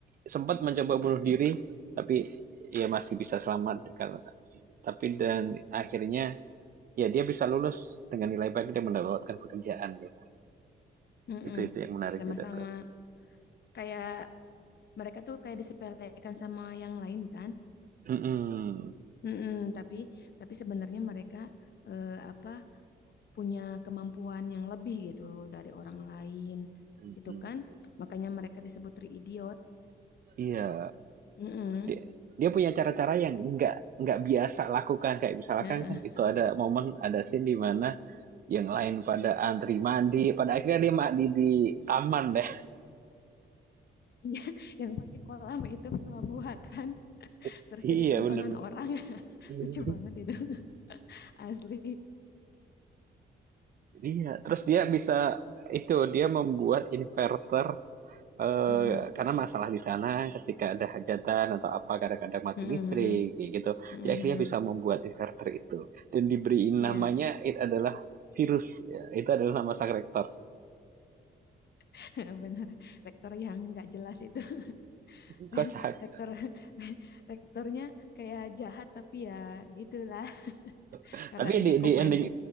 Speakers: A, on the right; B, on the left.
A: sempat mencoba bunuh diri, tapi ya masih bisa selamat karena tapi dan akhirnya ya dia bisa lulus dengan nilai baik dan mendapatkan pekerjaan, guys
B: Mm-mm.
A: Itu itu yang menarik
B: Sama-sama
A: juga tuh.
B: kayak mereka tuh kayak disepelekan sama yang lain kan.
A: Mhm,
B: Mm-mm, tapi tapi sebenarnya mereka eh, apa punya kemampuan yang lebih gitu dari orang lain
A: mhm,
B: gitu kan. Makanya mereka disebut tri idiot.
A: iya.
B: Mm-mm.
A: Dia dia punya cara-cara yang nggak nggak biasa lakukan kayak misalkan
B: Heeh.
A: kan itu ada momen ada scene di mana yang lain pada antri mandi pada akhirnya dia mandi di taman deh
B: Iya, <laughs> yang pakai kolam itu kolam buatan
A: <laughs>
B: terus jadi
A: iya
B: tontonan
A: benar-benar.
B: orang. <laughs>
A: <laughs>
B: Lucu banget itu. <laughs> Asli.
A: iya terus dia bisa itu dia membuat inverter eh,
B: Mm-mm.
A: karena masalah di sana ketika ada hajatan atau apa kadang-kadang mati
B: Mm-mm,
A: listrik
B: mm-mm,
A: kayak gitu
B: mm-mm,
A: dia akhirnya
B: mm-mm.
A: bisa membuat inverter itu dan diberi namanya
B: Iya,
A: itu adalah virus ya. itu adalah nama sang rektor
B: <laughs> benar. Rektor yang nggak jelas itu. <laughs>
A: kocak
B: rektor <laughs> rektornya kayak jahat tapi ya gitulah <laughs>
A: Tapi
B: karena ini
A: di
B: komedi
A: di ending